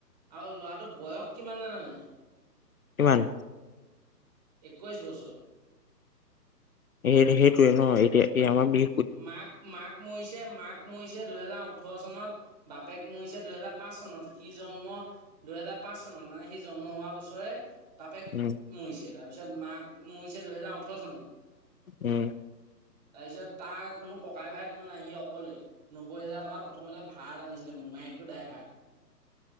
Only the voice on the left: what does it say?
কিমান?
এই সেইটোয়ে ন এতিয়া এই আমাৰ বি
উম,
উম।